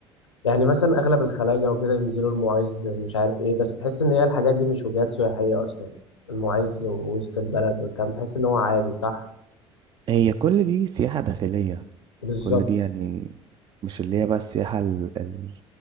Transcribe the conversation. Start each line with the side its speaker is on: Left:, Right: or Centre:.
Left: يعني مثلا اغلب الخلايجه وكده ينزلوا المعز مش عارف ايه بس تحس ان هي الحاجات دي مش وجهات سياحيه اصلا المعز ووسط البلد والكلام تحس ان هو عادي صح
Right: هي كل دي سياحة داخلية
Left: بالظبط
Right: كل دي يعني مش اللي هي بقى السياحة ال... ال...